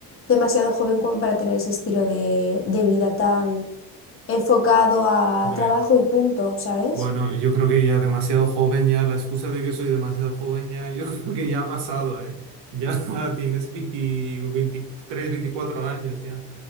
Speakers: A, on the left; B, on the right.
A: demasiado joven como para tener ese estilo de, de vida tan enfocado a
B: Hombre.
A: trabajo y punto, ¿sabes?
B: Bueno, yo creo que ya demasiado joven, ya la excusa de que soy demasiado joven, ya yo <laughs> creo que ya ha pasado, ¿eh? Ya <laughs> tienes 20 23, 24 años, ya.